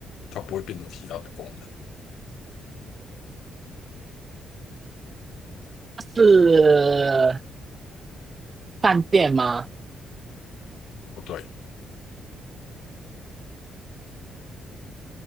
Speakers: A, on the left; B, on the right.
A: 它不会变成其他的功能。
B: 它是饭店吗？
A: 不对，